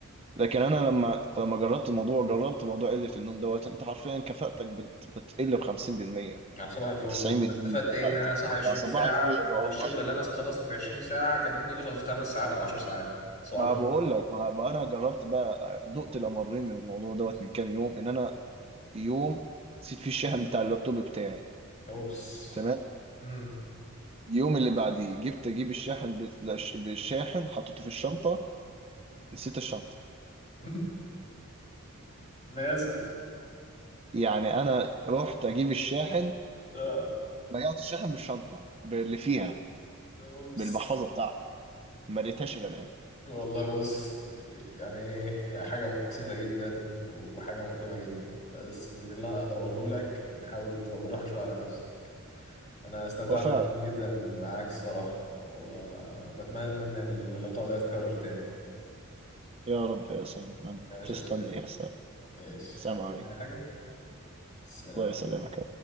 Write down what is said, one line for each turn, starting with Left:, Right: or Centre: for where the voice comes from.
Right: لكن انا لما لما جربت الموضوع جربت موضوع قله النوم دوت انت حرفيا كفاءتك بت... بتقل ب 50%
Left: مع صباح الفل
Right: 90%
Left: انا استفدت ايه
Right: كفاءتك
Left: ان انا صاحي 20
Right: فصباح
Left: ساعه
Right: الفل يا جماعة.
Left: والشغل اللي انا خلصته في 20 ساعه كان ممكن يخلص في خمس ساعات او 10 ساعات صباح
Right: ما
Left: الفل
Right: بقول لك ما بقى انا جربت بقى دقت الامرين من الموضوع دوت من كام يوم ان انا يوم نسيت فيه الشاحن بتاع اللابتوب بتاعي
Left: اوبس
Right: تمام
Left: امم
Right: اليوم اللي بعديه جبت اجيب الشاحن بت- الش- بالشاحن حطيته في الشنطه نسيت الشنطه
Left: <laughs> انا اسف
Right: يعني يعني انا رحت اجيب الشاحن
Left: آه،
Right: ضيعت الشاحن بالشنطه باللي فيها
Left: اوبس
Right: بالمحفظه بتاعتي ما لقيتهاش الا الان
Left: والله بص يعني ايه هي حاجه مؤسفه جدا وحاجه مؤلمه جدا بس اللي انا اقدر اقوله لك نحاول تبقى بالراحه شويه على نفسك انا استمتعت
Right: وفعلا
Left: بالكلام جدا معاك الصراحة وبتمنى ان اللقاء ده يتكرر تاني
Right: يا رب يا سلام
Left: ماشي
Right: تستني
Left: يا صديقي
Right: يا سلام
Left: ماشي
Right: سلام
Left: تقول
Right: عليكم
Left: لي اي حاجة سلام
Right: الله يسلمك